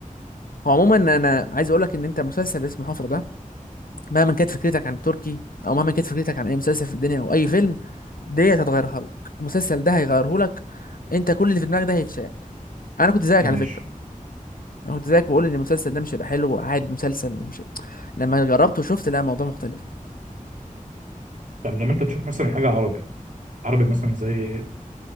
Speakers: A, on the left; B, on the right.
A: هو عموما انا عايز اقول لك ان انت مسلسل اسمه حفرة ده مهما كانت فكرتك عن التركي او مهما كانت فكرتك عن اي مسلسل في الدنيا او اي فيلم دي هتتغيرها لك المسلسل ده هيغيره لك انت كل اللي في دماغك ده هيتشال انا كنت زيك
B: ماشي
A: على فكرة انا كنت زيك بقول ان المسلسل ده مش هيبقى حلو وقاعد مسلسل ومش لما جربته وشفت لا الموضوع مختلف
B: طب لما انت تشوف مثلا حاجه عربي عربي مثلا زي ايه